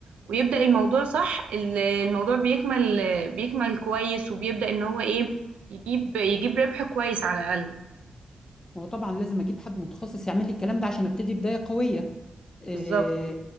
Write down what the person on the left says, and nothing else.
ما هو طبعا لازم اجيب حد متخصص يعمل لي الكلام ده عشان ابتدي بدايه قويه آه،